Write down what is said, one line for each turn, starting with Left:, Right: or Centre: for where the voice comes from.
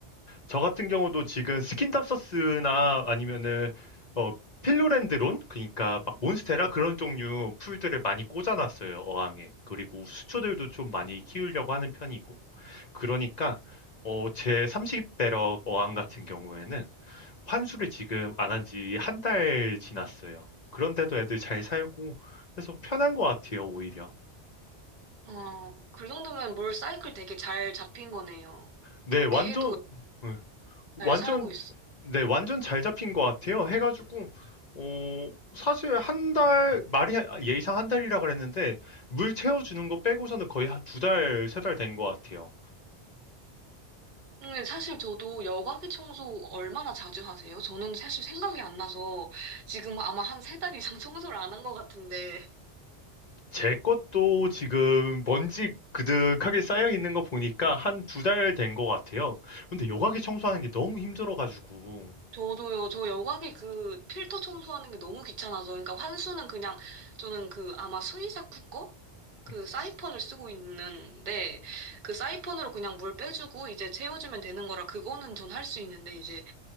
Left: 저 같은 경우도 지금 스킨답서스나 아니면은 어, 필로렌드론 그러니까 막 몬스테라 그런 종류 풀들을 많이 꽂아놨어요 어항에 그리고 수초들도 좀 많이 키우려고 하는 편이고 그러니까 어, 제 30배럭 어항 같은 경우에는 환수를 지금 안한지 한 달 지났어요 그런데도 애들 잘 살고 해서 편한 것 같아요 오히려
Right: 어, 그 정도면 물 사이클 되게 잘 잡힌 거네요.
Left: 네
Right: 그렇게
Left: 완전
Right: 해도
Left: 네, 완전,
Right: 잘 살고 있어요.
Left: 네, 완전 잘 잡힌 것 같아요. 해가지고, 어, 사실 한 달, 말이 한- 예의상 한 달이라 그랬는데, 물 채워주는 거 빼고서는 거의 한 두 달, 세 달 된 것 같아요.
Right: 근데 사실 저도 여과기 청소 얼마나 자주 하세요? 저는 사실 생각이 안 나서 지금 아마 한 세 달 이상 <laughs> 청소를 안 한 것 같은데.
Left: 제 것도 지금 먼지 그득하게 쌓여 있는 거 보니까 한 두 달 된 것 같아요. 근데 여과기 청소하는 게 너무 힘들어가지고.
Right: 저도요, 저 여과기 그 필터 청소하는 게 너무 귀찮아서. 그러니까 환수는 그냥 저는 그 아마 스이사쿠 거? 그
Left: 음,
Right: 사이펀을 쓰고 있는데 그 사이펀으로 그냥 물 빼주고 이제 채워주면 되는 거라 그거는 전 할 수 있는데 이제